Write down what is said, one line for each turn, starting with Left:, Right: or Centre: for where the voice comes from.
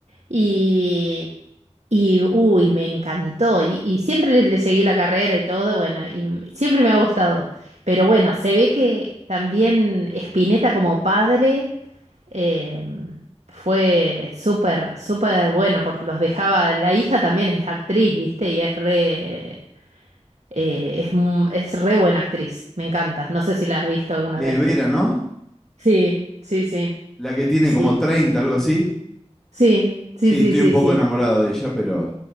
Right: y, y uy, me encantó, y, y siempre le, le seguí la carrera y todo, bueno, y m- siempre me ha gustado, pero bueno, se ve que también Spinetta como padre... Eh, fue súper, súper bueno porque los dejaba, la hija también es actriz, ¿viste? Y es re, eh, es, mu- es re buena actriz, me encanta. No sé si la has visto alguna
Centre: eh,
Right: vez.
Centre: Vera, ¿no?
Right: Sí, sí, sí,
Centre: La que tiene
Right: sí,
Centre: como 30 algo así.
Right: sí, sí,
Centre: Sí,
Right: sí,
Centre: estoy
Right: sí,
Centre: un poco
Right: sí.
Centre: enamorado de ella, pero